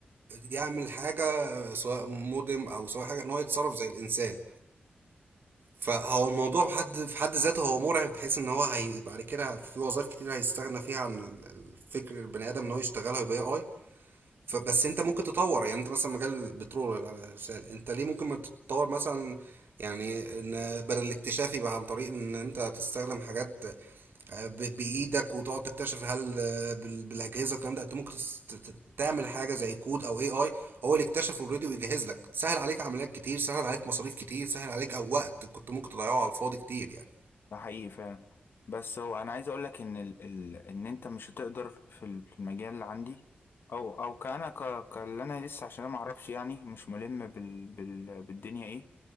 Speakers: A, on the right; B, on the left.
A: يعمل حاجه سواء مودم او سواء حاجه ان هو يتصرف زي الانسان فهو الموضوع في حد في حد ذاته هو مرعب بحيث ان هو هي بعد كده في وظائف كتير هيستغنى فيها عن الفكر البني ادم ان هو يشتغلها يبقى اي فبس انت ممكن تطور يعني انت مثلا مجال البترول ولا الشال انت ليه ممكن ما تتطور مثلا يعني ان بدل الاكتشاف يبقى عن طريق ان انت تستخدم حاجات آه، ب- بايدك وتقعد تكتشف هل بال- بالاجهزه الكلام ده انت ممكن تس- ت- ت- تعمل حاجه زي كود او اي اي هو اللي اكتشف اوريدي ويجهز لك سهل عليك عمليات كتير سهل عليك مصاريف كتير سهل عليك او وقت كنت ممكن تضيعه على الفاضي كتير يعني
B: ده حقيقي فعلا بس هو انا عايز اقول لك ان ال... ال... ان انت مش هتقدر في ال- في المجال اللي عندي او او كأنا ك... كاللي انا لسه عشان انا ما اعرفش يعني مش ملم بال... بال... بالدنيا ايه